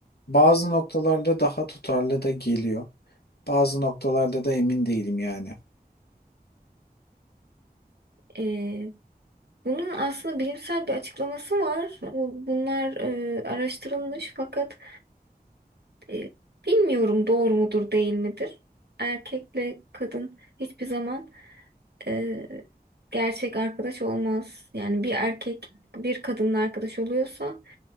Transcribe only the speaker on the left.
bazı noktalarda daha tutarlı da geliyor. Bazı noktalarda da emin değilim yani.